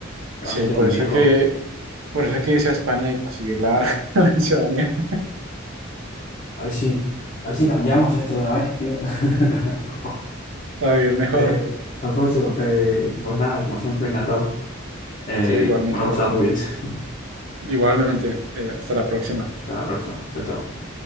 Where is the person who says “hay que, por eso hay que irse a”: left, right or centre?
Right